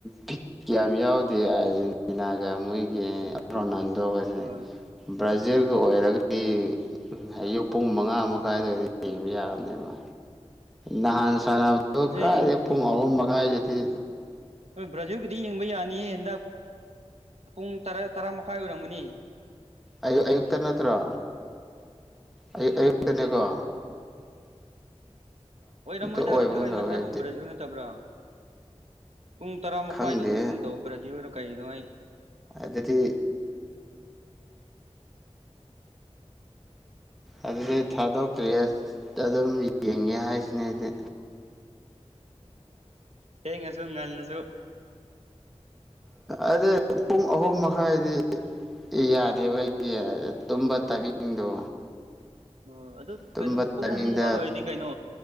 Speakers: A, in the centre; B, on the right.
A: ꯕꯤꯠ ꯀꯌꯥꯝ ꯌꯥꯎꯗꯦ ꯑꯥꯔꯖꯦꯟꯇꯤꯅꯥꯒ ꯃꯣꯏ ꯑꯩꯈꯣꯏꯒꯤ ꯔꯣꯅꯥꯟꯗꯣꯒꯁꯦ
B: ꯍꯣꯏ
A: ꯕ꯭ꯔꯥꯖꯤꯜꯒꯤ ꯑꯣꯏꯔꯒꯗꯤ ꯑꯌꯨꯛ ꯄꯨꯡ ꯃꯉꯥ ꯃꯈꯥꯏ ꯑꯗꯋꯥꯗ ꯌꯦꯡꯕ ꯌꯥꯕꯅꯦꯕ ꯅꯍꯥꯟ ꯁꯥꯟꯅꯕꯗꯨ ꯀꯥꯏꯗꯩ
B: ꯑꯩ
A: ꯄꯨꯡ ꯑꯍꯨꯝ ꯃꯈꯥꯏꯗꯗꯤ
B: ꯕ꯭ꯔꯥꯖꯤꯜꯒꯤꯗꯤ ꯌꯦꯡꯕ ꯌꯥꯅꯤꯌꯦ ꯍꯟꯗꯛ ꯄꯨꯡ ꯇꯔꯥ ꯇꯔꯥꯃꯈꯥꯏ ꯑꯣꯏꯔꯝꯒꯅꯤ
A: ꯑꯌꯨꯛ ꯑꯌꯨꯛꯇ ꯅꯠꯇ꯭ꯔꯣ ꯑꯌꯨꯛ ꯑꯌꯨꯛꯇꯅꯤꯀꯣ
B: ꯑꯣꯏꯔꯃꯣꯏ
A: ꯑꯣꯏꯕꯒꯨꯝ
B: <unintelligible>
A: ꯇꯧꯋꯦ ꯗꯦꯠ
B: ꯅꯠꯇꯕ꯭ꯔꯣ ꯄꯨꯡ ꯇꯔꯥ ꯃꯈꯥꯏꯗ
A: ꯈꯪꯗꯦ
B: ꯎꯕ ꯑꯃ ꯇꯧ ꯕ꯭ꯔꯥꯖꯤꯜꯂꯣ ꯀꯩꯅꯣ ꯑꯩ
A: ꯑꯗꯨꯗꯤ
B: <inaudible>
A: ꯑꯗꯨꯗꯤ ꯊꯥꯗꯣꯛꯇ꯭ꯔꯦ ꯑꯁ ꯑꯗꯨꯝ ꯌꯦꯡꯉꯦ ꯍꯥꯏꯁꯤꯅꯦ ꯑꯩꯗꯤ
B: ꯊꯦꯡꯉꯁꯨ ꯉꯜꯂꯁꯨ
A: ꯑꯗꯨꯗ ꯄꯨꯡ ꯑꯍꯨꯝ ꯃꯈꯥꯏꯗꯤ ꯌꯥꯗꯦꯕ ꯑꯩꯒꯤ ꯇꯨꯝꯕ ꯇꯥꯏꯃꯤꯡꯗꯣ
B: ꯑꯣ ꯑꯗꯨ
A: ꯇꯨꯝꯕ
B: ꯀꯩꯅꯣ ꯄꯨꯡ
A: ꯇꯥꯏꯃꯤꯡꯗ
B: ꯑꯍꯨꯝ ꯃꯈꯥꯏ ꯑꯣꯏꯔꯗꯤ ꯀꯩꯅꯣ